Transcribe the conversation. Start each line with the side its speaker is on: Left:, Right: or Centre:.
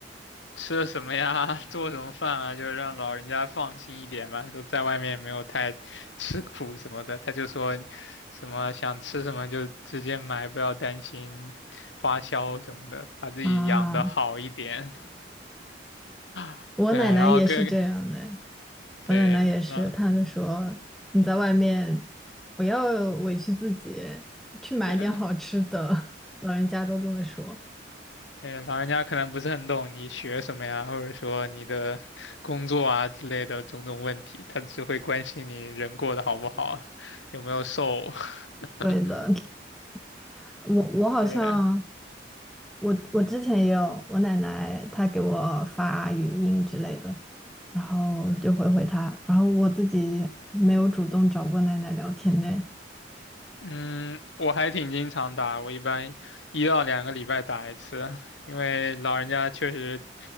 Left: 吃了什么呀，<laughs> 做什么饭啊，就是让老人家放心一点嘛。说在外面没有太吃苦什么的，他就说什么想吃什么就直接买，不要担心花销什么的，把自己养得好一点。
Centre: 啊？
Left: <laughs>
Centre: 我奶奶也是这样的，
Left: 对，然后跟对，
Centre: 我奶奶也是，
Left: 然后
Centre: 她就说你在外面不要委屈自己，去买点好吃的，
Left: 对。
Centre: <laughs> 老人家都这么说。
Left: 对，老人家可能不是很懂你学什么呀，或者说你的工作啊之类的种种问题，他只会关心你人过得好不好，有没有瘦。<laughs>
Centre: 对的，<laughs> 我我好像。
Left: 对，
Centre: 我我之前也有，我奶奶她给我发语音之类的，然后我就回回她，然后我自己没有主动找过奶奶聊天呢。
Left: 嗯，我还挺经常打，我一般一到两个礼拜打一次，因为老人家确实